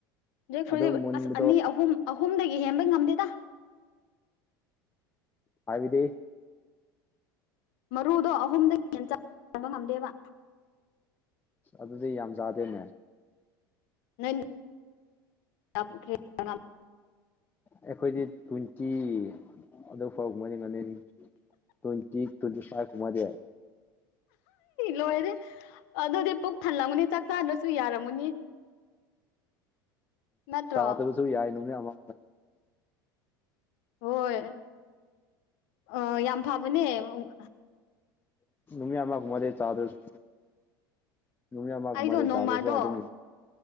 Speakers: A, on the left; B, on the left.
A: ꯅꯣꯏ <unintelligible>
B: ꯑꯗꯨ ꯃꯨꯟꯕꯗꯣ
A: ꯑꯅꯤ ꯑꯍꯨꯝ ꯑꯍꯨꯝꯗꯒꯤ ꯍꯦꯟꯕ ꯉꯝꯗꯦꯗ꯫
B: ꯍꯥꯏꯕꯗꯤ
A: ꯃꯔꯨꯗꯣ ꯑꯍꯨꯝꯗꯒꯤ ꯍꯦꯟꯅ ꯆꯥꯕ ꯉꯝꯗꯦꯕ ꯫
B: ꯑꯗꯨꯗꯤ ꯌꯥꯝ ꯆꯥꯗꯦꯅꯦ
A: ꯅꯪ <unintelligible>
B: ꯑꯩꯈꯣꯏꯗꯤ ꯇ꯭ꯋꯦꯟꯇꯤ ꯑꯗꯨ ꯐꯥꯎ <unintelligible> ꯇ꯭ꯋꯦꯟꯇꯤ ꯇ꯭ꯋꯦꯟꯇꯤ ꯐꯥꯏꯚ ꯀꯨꯝꯃꯗꯤ
A: ꯂꯣꯏꯔꯦ ꯑꯗꯨꯗꯤ ꯄꯨꯛ ꯊꯜꯂꯝꯒꯨꯅꯤ ꯆꯥꯛ ꯆꯥꯗ꯭ꯔꯁꯨ ꯌꯥꯔꯝꯒꯨꯅꯤ ꯅꯠꯇ꯭ꯔꯣ
B: ꯆꯥꯗꯕꯁꯨ ꯌꯥꯏ ꯅꯅꯦ ꯑꯃ
A: ꯍꯣꯏ ꯑ ꯌꯥꯝ ꯐꯕꯅꯦ ꯑꯨꯡ
B: ꯃꯤ ꯑꯃꯒꯨꯝꯕꯗꯤ ꯆꯥꯗꯁ <unintelligible> ꯨꯌꯥ ꯃꯥ
A: ꯑꯩꯗꯣ
B: ꯃꯔꯤ
A: ꯅꯣꯡꯃꯗꯣ
B: ꯇꯥꯔꯦꯁꯨꯣ ꯑꯗꯨꯃꯤ